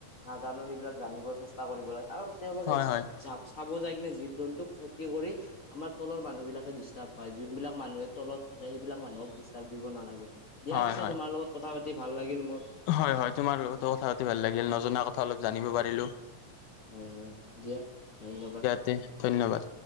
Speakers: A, on the left (about 45°); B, on the left (about 80°).
A: নাজানো সেইবিলাক জানিব চেষ্টা কৰিব লাগে। কাৰণ তেওঁলোকে
B: হয় হয়
A: চাব যাইকিনে জীৱ-জন্তুক ক্ষতি কৰি আমাৰ তলৰ মানুহবিলাকে ডিষ্টাৰ্ব পায়, যোনবিলাক মানুহে তলত থাকে সেইবিলাক মানুহক দিষ্টাৰ্ব দিব নালাগে। দিয়া
B: হয়
A: পিছে,
B: হয়
A: তোমাৰ লগত কথা পাতি ভাল লাগিল মোৰ।
B: হয় - হয়, তোমাৰ লগতো কথা পাতি ভাল লাগিল। নজনা কথা অলপ জানিব পাৰিলোঁ।
A: হয় - হয় - হয়, দিয়া ধন্যবাদ।
B: তে ধন্যবাদ।